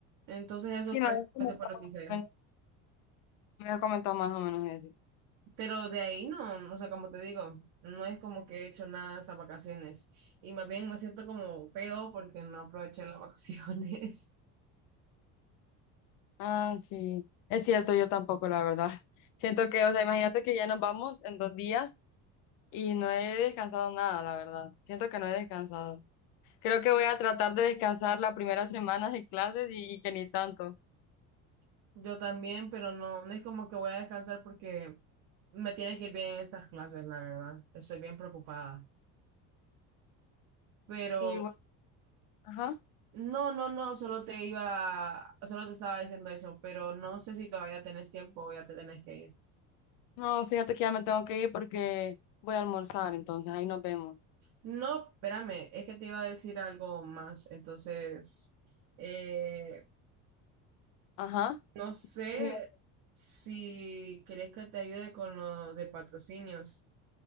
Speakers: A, on the right; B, on the left.
A: entonces
B: Sí,
A: eso prácticamente
B: me habías comentado,
A: fue lo que
B: más
A: hice ayer.
B: o menos- me habías comentado más o menos eso.
A: Pero de ahí no, o sea, como te digo, no es como que he hecho nada esas vacaciones. Y más bien me siento como feo porque no aproveché las vacaciones.
B: Ah, sí, es cierto, yo tampoco, la verdad. <laughs> Siento que, o sea, imagínate que ya nos vamos en dos días y no he descansado nada, la verdad. Siento que no he descansado. Creo que voy a tratar de descansar la primera semana de clases y, y que ni tanto.
A: <laughs> Yo también, pero no, no es como que voy a descansar porque me tiene que ir bien en estas clases, la verdad. Estoy bien preocupada. Pero
B: Sí, bueno, ajá.
A: no, no, no, solo te iba, solo te estaba diciendo eso, pero no sé si todavía tenés tiempo o ya te tenés que ir.
B: No, fíjate que ya me tengo que ir porque voy a almorzar, entonces ahí nos vemos.
A: No, espérame, es que te iba a decir algo más, entonces... Eh,
B: Ajá,
A: No sé
B: que me
A: si querés que te ayude con lo de patrocinios.